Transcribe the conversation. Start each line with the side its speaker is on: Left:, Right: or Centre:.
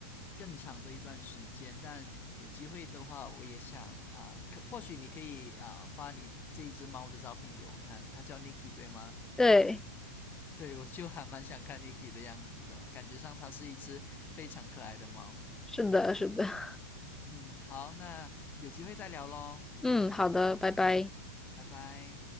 Left: 更长的一段时间？但有机会的话，我也想啊、可或许你可以啊、发你这一只猫的照片给我看，它叫 Niki 对吗？
Centre: 对，
Left: 对，我就还蛮想看 Niki 的样子的，感觉上它是一只非常可爱的猫。
Centre: 是的，是的。<laughs>
Left: 嗯，好，那有机会再聊喽，
Centre: 嗯，好的，拜拜。
Left: 拜拜。